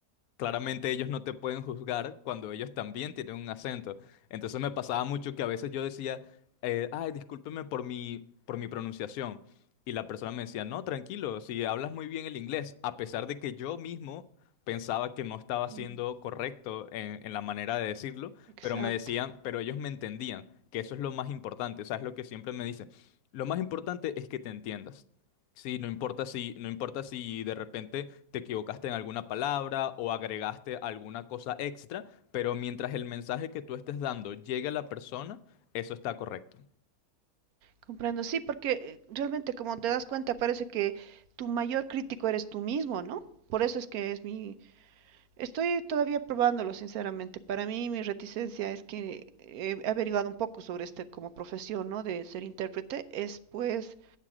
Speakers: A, on the left; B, on the right.
A: Claramente ellos no te pueden juzgar cuando ellos también tienen un acento. Entonces me pasaba mucho que a veces yo decía, eh, ay, discúlpeme por mi, por mi pronunciación. Y la persona me decía, no, tranquilo, si hablas muy bien el inglés, a pesar de que yo mismo pensaba que no estaba siendo
B: Mm,
A: correcto en, en la manera de decirlo,
B: Exacto.
A: pero me decían, pero ellos me entendían, que eso es lo más importante, o sea, es lo que siempre me dicen. Lo más importante es que te entiendas. Sí, no importa si, no importa si de repente te equivocaste en alguna palabra o agregaste alguna cosa extra, pero mientras el mensaje que tú estés dando llegue a la persona, eso está correcto.
B: Comprendo, sí, porque eh, realmente como te das cuenta parece que tu mayor crítico eres tú mismo, ¿no? Por eso es que es mi... Estoy todavía probándolo, sinceramente. Para mí mi reticencia es que he averiguado un poco sobre este como profesión, ¿no? De ser intérprete. Es pues